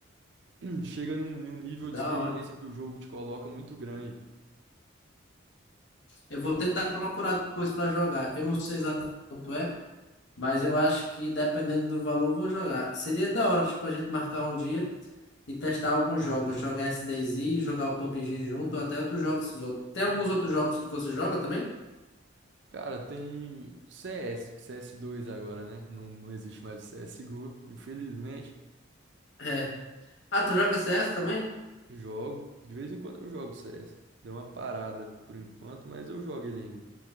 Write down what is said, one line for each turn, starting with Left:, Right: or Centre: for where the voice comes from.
Right: <clears throat> Chega num, num nível
Left: da
Right: de experiência
Left: hora.
Right: que o jogo te coloca muito grande.
Left: Eu vou tentar procurar depois para jogar. Eu não sei exatamente quanto é, Mas eu acho que dependendo do valor, eu vou jogar. Seria da hora, tipo, a gente marcar um dia e testar alguns jogos. Jogar SDZ, jogar o PUBG junto, ou até outros jogos. Tem alguns
Right: <clears throat>
Left: outros jogos que você joga também?
Right: Cara, tem CS, CS2 agora, né? Não, não existe mais o CSGO, infelizmente.
Left: É. Ah, tu joga CS também?
Right: Jogo. De vez em quando eu jogo CS. Deu uma parada por enquanto, mas eu jogo ele ainda.